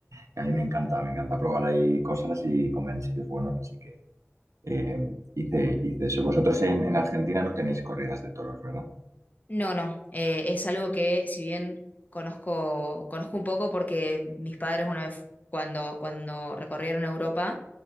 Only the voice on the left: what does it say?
No, no, eh, es algo que si bien conozco, conozco un poco porque mis padres una vez cuando, cuando recorrieron Europa,